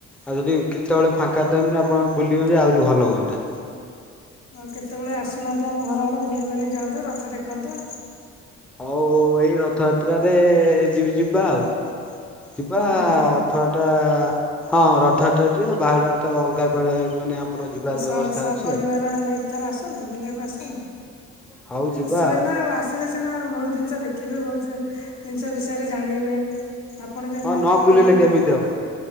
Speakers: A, in the centre; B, on the left.
A: ଆଉ ଯଦି କେତେବେଳେ ଫାଙ୍କା ଟାଇମ ରେ ଆପଣ ବୁଲିବେ ଯେ ଆହୁରି ଭଲ ହୁଅନ୍ତା
B: ଆଉ କେତେବେଳେ ଆସୁନାହାନ୍ତି ଆମ ଘର ଆଡେ ବୁଲି ବୁଲି ଯାଆନ୍ତ ରଥ ଦେଖନ୍ତ।
A: ହଉ ଏଇ ରଥଯାତ୍ରାରେଏ -ଏ -ଏ ଯିବି ଯିବା ଆଉ। ଯିବାଆ ଆ
B: ଆଜ୍ଞା
A: ଅଥଆ ଟା ହଁ। ପଥଥାରେ ଯିବା ବାହୁଡ଼ା ତ ଅଲଗା କୁଆଡ଼େ ମାନେ ଆମର ଯିବାର
B: ସ
A: ବ୍ୟବସ୍ଥା
B: ସପରିବାର
A: ଅଛି ଆଉ।
B: ନେଇକି ଥରେ ଆସନ୍ତୁ ବୁଲିବାକୁ ଆସନ୍ତୁ
A: ହଉ ଯିବା
B: ଆସିବେ ନା ଆଉ ଆମ୍ ସରି ହେଲେ ସିନା ବହୁତ୍ ଜିନିଷ ଦେଖିବେ ବହୁତୁ ଜିନିଷ ବିଷୟରେ ଜାଣିବେ। ଆପଣ ଯେମତି
A: ହଁ
B: ମତେ
A: ନ
B: କହିଲେ
A: ବୁଲିଲେ
B: ମୁଁ
A: କେମିତି ହବ